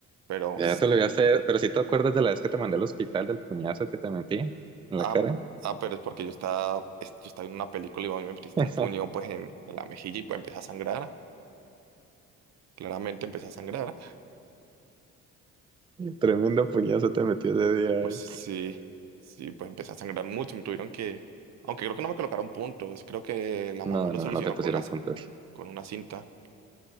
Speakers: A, on the right; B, on the right.
A: pero...
B: Ya te lo voy a hacer, pero si te acuerdas de la vez que te mandé al hospital del puñazo que te metí en la
A: Ah,
B: cara.
A: ah, pero es porque yo estaba, es- yo estaba en una película y vos me metiste
B: <laughs>
A: un puño pues en, en la mejilla y pues empecé a sangrar. Claramente empecé a sangrar.
B: Tremendo puñazo te metí ese día.
A: Pues
B: eh.
A: sí, sí, pues empecé a sangrar mucho. Me tuvieron que, aunque creo que no me colocaron puntos, creo que la
B: No,
A: mamá lo
B: no,
A: solucionó
B: no te pusieron
A: con una, c-
B: puntos.
A: con una cinta.